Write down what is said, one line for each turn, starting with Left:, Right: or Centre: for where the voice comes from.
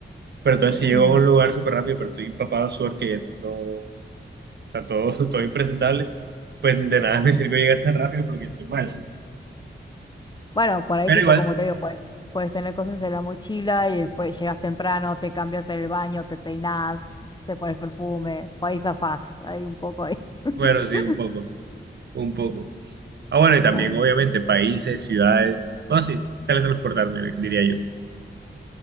Right: Pero entonces si llego
Left: Mm.
Right: a un lugar súper rápido, pero estoy empapado de sudor que no está todo, <laughs> todo impresentable, pues de nada me sirve llegar tan rápido porque estoy mal.
Left: Bueno, por ahí
Right: Pero
Left: tipo,
Right: igual,
Left: como te digo, puedes, puedes tener cosas en la mochila y después llegas temprano, te cambias en el baño, te peinas, te pones perfume, por ahí zafás, ahí un poco ahí. <laughs>
Right: bueno, sí, un poco, un poco. Ah, bueno, y también,
Left: A ver,
Right: obviamente, países, ciudades. Bueno, sí, teletransportar, dir- diría yo.